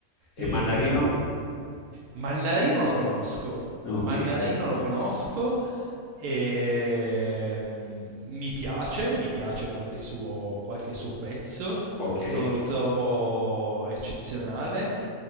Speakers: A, on the left; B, on the right.
A: e
B: Mm.
A: Mannarino?
B: Mannarino lo conosco,
A: No, Ok,
B: Mannarino lo conosco e mm, mi piace, mi piace qualche suo, qualche suo pezzo
A: ok.
B: non lo trovo eccezionale.